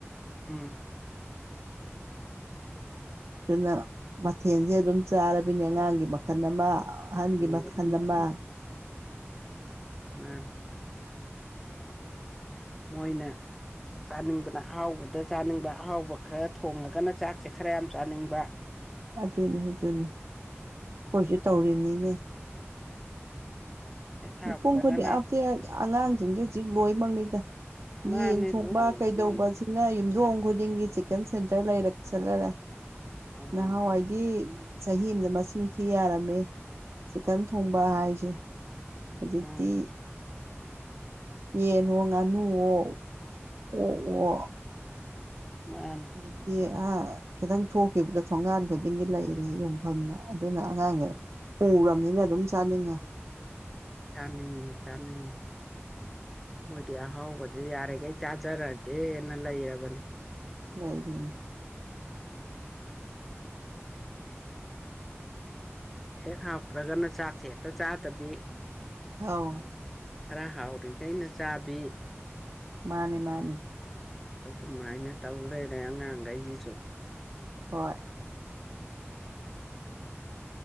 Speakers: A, in the centre; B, on the right (about 75°).
A: ꯎꯝ
B: ꯑꯗꯨꯅ ꯃꯊꯦꯜꯁꯦ ꯑꯗꯨꯝ ꯆꯥꯔꯕꯤꯅꯦ ꯑꯉꯥꯡꯒꯤ ꯃꯈꯜ ꯑꯃ ꯑ ꯑꯍꯟꯒꯤ
A: ꯎꯝ
B: ꯃꯈꯟ ꯑꯃ
A: ꯃꯥꯟꯅ ꯃꯣꯏꯅ ꯆꯥꯅꯤꯡꯕꯅ ꯑꯍꯥꯎꯕꯗ ꯆꯥꯅꯤꯡꯕ ꯑꯍꯥꯎꯕ ꯈꯔ ꯊꯣꯡꯉꯒꯅ ꯆꯥꯛꯁꯦ ꯈꯔ ꯌꯥꯝ ꯆꯥꯅꯤꯡꯕ
B: ꯑꯗꯨꯅꯤ ꯑꯗꯨꯅꯤ ꯑꯈꯣꯏꯁꯨ ꯇꯧꯔꯤꯅꯤꯅꯦ
A: ꯍꯦꯛ ꯍꯥꯎꯇ꯭ꯔꯒꯅ
B: ꯃꯤꯄꯨꯝ ꯈꯨꯗꯤꯡ ꯑꯁꯦ ꯑꯉꯥꯡꯖꯤꯡꯖꯦ ꯍꯧꯖꯤꯛ ꯂꯣꯏꯃꯛꯅꯤꯗ
A: ꯃꯥꯅꯤ
B: ꯌꯦꯟ ꯊꯣꯡꯕ
A: ꯂꯣꯏꯅ
B: ꯀꯩꯗꯧꯕꯁꯦ
A: ꯃꯥꯅꯤ
B: ꯁꯤꯅ ꯌꯨꯝꯊꯣꯡ ꯈꯨꯗꯤꯡꯒꯤ ꯆꯤꯀꯟ ꯁꯦꯟꯇꯔ ꯂꯩꯔꯛꯁꯜꯂꯔꯦ
A: ꯎꯝ
B: ꯅꯍꯥꯋꯥꯏ ꯗꯤ ꯆꯍꯤ ꯑꯝꯗ ꯃꯁꯤꯡ ꯊꯤ ꯌꯥꯔꯝꯃꯦ ꯆꯤꯀꯟ ꯊꯣꯡꯕ ꯍꯥꯏꯁꯦ ꯍꯧꯖꯤꯛꯇꯤ
A: ꯎꯝ
B: ꯌꯦꯟꯋꯣ ꯉꯥꯅꯨꯋꯣ ꯑꯣꯛꯋꯣ
A: ꯃꯥꯟꯅꯦ
B: ꯍꯧꯖꯤꯛꯇꯤ ꯑꯥ ꯈꯤꯇꯪ ꯊꯣꯛꯈꯤꯕꯗ ꯊꯣꯡꯒꯥꯟ ꯈꯨꯗꯤꯡꯒꯤ ꯂꯩꯔꯦ ꯌꯣꯟꯐꯝꯅ ꯑꯗꯨꯅ ꯑꯉꯥꯡꯖꯦ ꯎꯔꯕꯅꯤꯅ ꯑꯗꯨꯝ ꯆꯥꯅꯤꯡꯉꯦ
A: ꯆꯅꯤꯡ ꯆꯅꯤꯡ ꯃꯣꯏꯗꯤ ꯑꯍꯥꯎꯕꯁꯦ ꯌꯥꯔꯤꯈꯩ ꯆꯥꯖꯔꯒꯦꯅ ꯂꯩꯔꯕꯅꯤ
B: ꯂꯩꯥꯏꯔꯤꯅꯤ
A: ꯍꯦꯛ ꯍꯥꯞꯇ꯭ꯔꯒꯅ ꯆꯥꯛꯁꯦ ꯍꯦꯛꯇ ꯆꯥꯗꯕꯤ
B: ꯑꯥꯎ
A: ꯈꯔ ꯍꯥꯎꯔꯤꯈꯩꯅ ꯆꯥꯕꯤ
B: ꯃꯥꯅꯦ ꯃꯥꯅꯦ
A: ꯑꯗꯨ ꯀꯃꯥꯏꯅ ꯇꯧ ꯂꯩꯣꯏꯔꯦ ꯑꯉꯥꯡꯈꯩꯁꯤꯁꯨ
B: ꯍꯣꯏ